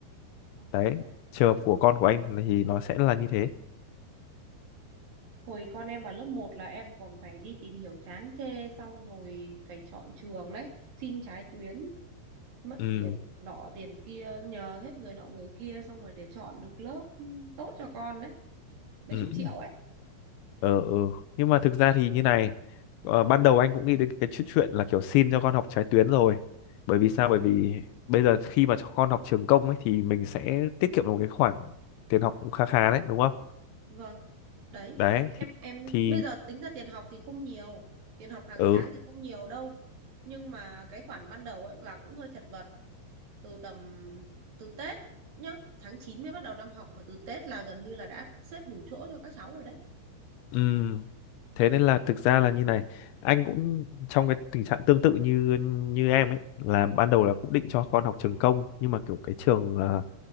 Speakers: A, on the right; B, on the left.
A: À,
B: đấy
A: thế ạ.
B: trường hợp của con của anh thì nó sẽ là như thế
A: Hồi con em vào lớp một là em còn phải đi tìm hiểu chán chê xong rồi phải chọn trường đấy, xin trái tuyến, mất
B: ừ
A: tiền nọ tiền kia, nhờ hết người nọ người kia xong rồi để chọn được lớp tốt cho con đấy, mấy
B: ừ
A: chục triệu
B: ừ
A: ấy.
B: ờ ừ. nhưng mà thực ra thì như này ờ, ban đầu anh cũng nghĩ đến cái chuyện chuyện là kiểu xin cho con học trái tuyến rồi bởi vì sao bởi vì bây giờ khi mà cho con học trường công ấy thì mình sẽ tiết kiệm được một cái khoản tiền học cũng khá khá đấy đúng không
A: Vâng. Đấy,
B: đấy
A: em
B: thì
A: em
B: thì
A: bây giờ tính ra tiền học thì không nhiều, tiền học hàng
B: ừ
A: tháng thì không nhiều đâu. Nhưng mà cái khoản ban đầu ấy là cũng hơi chật vật, từ tầm từ Tết nhá, tháng 9 mới bắt đầu năm học mà từ Tết là gần như là đã xếp đủ chỗ cho các cháu rồi
B: ừ thế nên là thực ra là như này anh cũng trong cái tình trạng tương tự như như em ấy là ban đầu là cũng định cho con học trường công nhưng mà kiểu cái trường ờ,